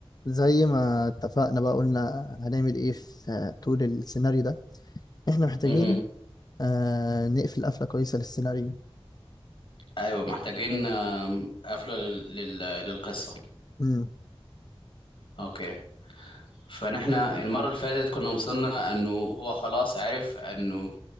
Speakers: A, on the left (about 40°); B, on the left (about 60°).
A: زي ما اتفقنا بقى قلنا هنعمل ايه في آه، طول السيناريو ده احنا محتاجين
B: مهم.
A: آه نقفل قفلة كويسة للسيناريو
B: ايوه محتاجين آم، قفله لل... لل... للقصه
A: امم
B: اوكي فنحن المره اللي فاتت كنا وصلنا انه هو خلاص عرف انه